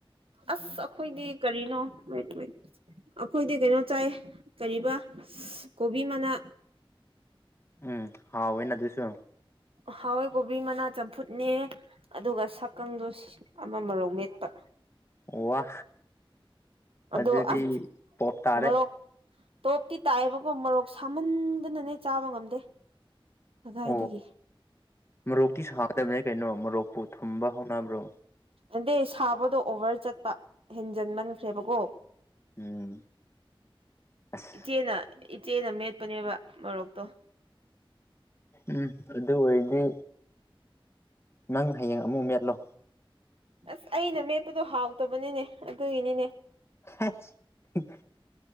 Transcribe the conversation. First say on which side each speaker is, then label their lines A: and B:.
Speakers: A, on the right; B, on the left.
A: ꯑꯁ ꯑꯩꯈꯣꯏꯗꯤ ꯀꯔꯤꯅꯣ <unintelligible> ꯑꯩꯈꯣꯏꯗꯤ ꯀꯩꯅꯣ ꯆꯥꯏ ꯀꯔꯤꯕ ꯀꯣꯕꯤ ꯃꯅꯥ
B: ꯎꯝ ꯍꯥꯎꯋ‌ꯦꯅ ꯑꯗꯨꯁꯨ
A: ꯍꯋꯥꯏ ꯀꯣꯕꯤ ꯃꯅꯥ ꯆꯝꯐꯨꯠꯅꯦ ꯑꯗꯨꯒ ꯁꯛꯀꯪꯗꯣ ꯑꯃ ꯃꯣꯔꯣꯛ ꯃꯦꯠꯄ
B: ꯋꯥ
A: ꯑꯗꯣ
B: ꯑꯗꯨꯗꯤ
A: ꯑꯁ
B: ꯄꯣꯞ ꯇꯥꯔꯦ
A: ꯃꫭꯔꫭꯛ ꯇꯣꯞꯇꯤ ꯇꯥꯏꯑꯦꯕꯀꯣ ꯃꫭꯔꯣꯛ ꯁꯥꯃꯟꯗꯅꯅꯦ ꯆꯥꯕ ꯉꯝꯗꯦ ꯀꯗꯥꯏꯗꯒꯤ
B: ꯑꯣ ꯃꯣꯔꯣꯛꯇꯤ ꯁꯥꯗꯕꯅꯦ ꯀꯩꯅꯣ ꯃꯣꯔꯣꯛꯄꯨ ꯊꯨꯝꯕ ꯍꯧꯅꯕ꯭ꯔꯣ
A: ꯑꯗꯩ ꯁꯥꯕꯗꯣ ꯑꯣꯚꯔ ꯆꯠꯄ ꯍꯦꯟꯖꯟꯃꯟꯈ꯭ꯔꯦꯕꯀꯣ
B: ꯎꯝ ꯑꯁ
A: ꯏꯆꯦꯅ ꯏꯆꯦꯅ ꯃꯦꯠꯄꯅꯦꯕ ꯃꯔꯣꯛꯇꯣ
B: ꯎꯝ ꯑꯗꯨ ꯑꯣꯏꯔꯗꯤ ꯅꯪ ꯍꯌꯦꯡ ꯑꯃꯨꯛ ꯃꯦꯠꯂꯣ
A: ꯑꯁ ꯑꯩꯅ ꯃꯦꯠꯄꯗꯣ ꯍꯥꯎꯇꯕꯅꯤꯅꯦ ꯑꯗꯨꯒꯤꯅꯤꯅꯦ
B: <unintelligible>